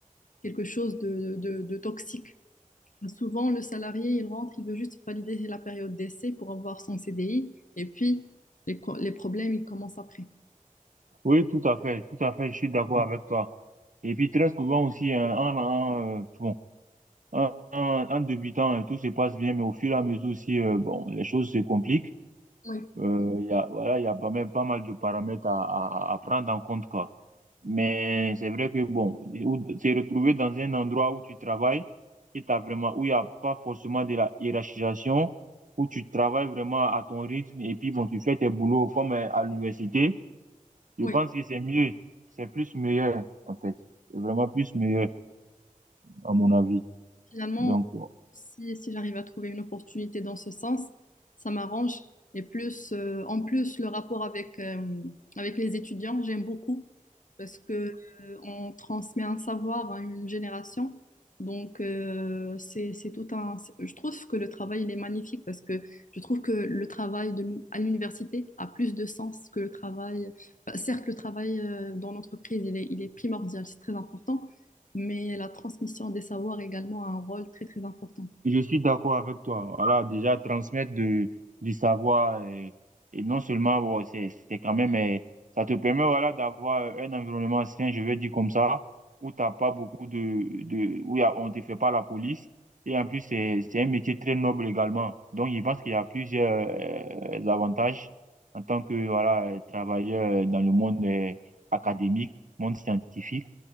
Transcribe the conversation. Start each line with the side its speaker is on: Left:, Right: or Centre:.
Left: quelque chose de, de- de toxique. Souvent, le salarié, il rentre, il veut juste valider la période d'essai pour avoir son CDI et puis les, les problèmes, ils commencent après.
Right: Oui, tout à fait, tout à fait, je suis d'accord avec toi. Et puis très souvent aussi, hein, en, en, euh, bon, en, en- en débutant, hein, tout se passe bien, mais au fur et à mesure aussi, euh, bon, les choses se compliquent.
Left: Oui,
Right: Euh, il y a, voilà, il y a pas même pas mal de paramètres à, à, à prendre en compte, quoi. Mais c'est vrai que bon, ou- se retrouver dans un endroit où tu travailles, et t'as vraiment, où il n'y a pas forcément de la hiérarchisation, où tu travailles vraiment à ton rythme et puis bon, tu fais tes boulots comme euh, à l'université, je
Left: oui.
Right: pense que c'est mieux, c'est plus meilleur en fait, c'est vraiment plus meilleur à mon avis.
Left: Finalement,
Right: Donc,
Left: si, si j'arrive à trouver une opportunité dans ce sens, ça m'arrange. Et plus, euh, en plus, le rapport avec, euh, avec les étudiants, j'aime beaucoup parce que euh, on transmet un savoir à une génération. Donc, euh, c'est, c'est tout un. c'est- Je trouve que le travail, il est magnifique parce que je trouve que le travail de, l'uni- à l'université a plus de sens que le travail. enfin, certes, le travail euh, dans l'entreprise, il est, il est primordial, c'est très important, mais la transmission des savoirs également a un rôle très, très important.
Right: Je suis d'accord avec toi. Voilà, déjà transmettre de, du savoir euh, et, non seulement bon, c'est c'est quand même euh, ça te permet voilà d'avoir un environnement sain, je vais dire comme ça, où t'as pas beaucoup de de où y a- on te fait pas la police et en plus c'est c'est un métier très noble également. Donc je pense qu'il y a plusieurs euh, avantages en tant que voilà euh, travailleur dans le monde euh, académique, monde scientifique.